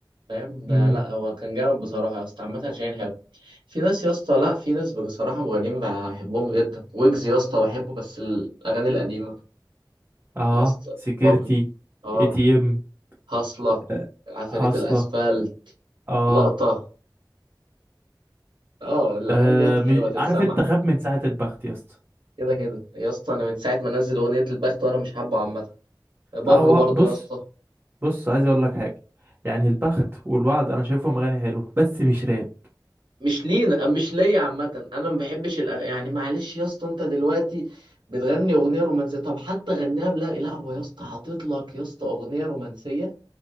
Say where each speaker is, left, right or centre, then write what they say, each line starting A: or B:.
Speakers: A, on the right; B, on the right.
A: فاهم ده
B: امم
A: لا هو كان جامد بصراحه يا اسطى عامه شاهين حلو في ناس يا اسطى لا في ناس بصراحه مغنيين بحبهم جدا ويجز يا اسطى بحبه بس الاغاني القديمه
B: اه
A: يا اسطى
B: سكيورتي
A: بابلو اه
B: اي تي ام
A: هصله
B: آه،
A: عفاريت
B: هصلة
A: الاسفل
B: اه,
A: لقطه اه الاغاني
B: آه.
A: ديت حلوه
B: مش...
A: تتسمع
B: عارف انت خاب من ساعة البخت يا اسطى
A: كده كده يا اسطى انا من ساعه ما نزل اغنيه البخت وانا مش حابه عامه بابلو
B: لا هو
A: برضو
B: بص
A: يا اسطى
B: بص عايز اقول لك حاجة يعني البخت والوعد انا شايفهم اغاني حلوه بس مش راب
A: مش لينا مش ليا عامة أنا ما بحبش الأغ... يعني معلش يا اسطى أنت دلوقتي بتغني أغنية رومانسية طب حتى غنيها بلا لا هو يا اسطى حاطط لك يا اسطى أغنية رومانسية